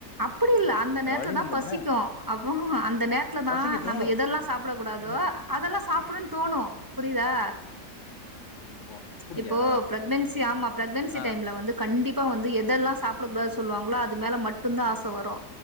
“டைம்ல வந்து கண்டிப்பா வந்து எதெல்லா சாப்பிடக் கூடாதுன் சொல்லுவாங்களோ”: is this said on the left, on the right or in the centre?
Right